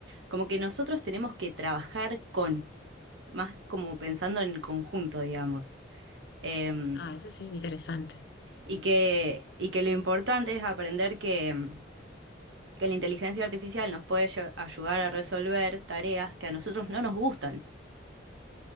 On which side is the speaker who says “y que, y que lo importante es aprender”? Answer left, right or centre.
Right